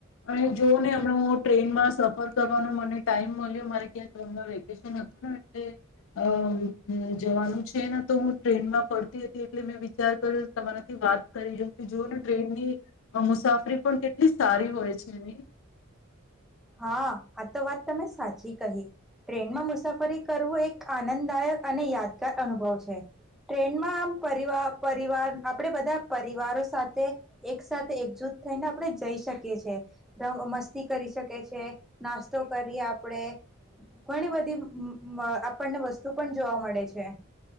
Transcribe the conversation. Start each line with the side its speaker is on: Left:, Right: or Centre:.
Left: અને જો ને હમણાં ટ્રેનમાં સફર કરવાનો મને ટાઈમ મળ્યો મારે ક્યાંક ફરવા વેકેશન હતું ને એટલે અ જવાનું છે ને તો હું ટ્રેનમાં ફરતી હતી એટલે મેં વિચાર કર્યો તમારાથી વાત કરી લઉં કે જો ને ટ્રેનની મુસાફરી પણ કેટલી સારી હોય છે નહિ?
Centre: હા આ તો વાત તમે સાચી કહી ટ્રેનમાં મુસાફરી કરવું એક આનંદદાયક અને યાદગાર અનુભવ છે ટ્રેનમાં આમ પરિવાર પરિવાર આપણે બધા પરિવારો સાથે એક સાથે એકજૂટ થઈને આપણે જઈ શકીએ છેએ મસ્તી કરી શકીએ છીએ નાસ્તો કરીએ આપણેે ઘણી બધી અહ આપણને વસ્તુ પણ જોવા મળે છે.